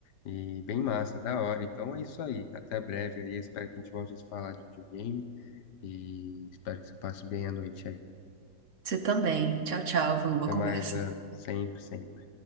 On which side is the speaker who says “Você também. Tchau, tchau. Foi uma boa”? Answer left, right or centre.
Right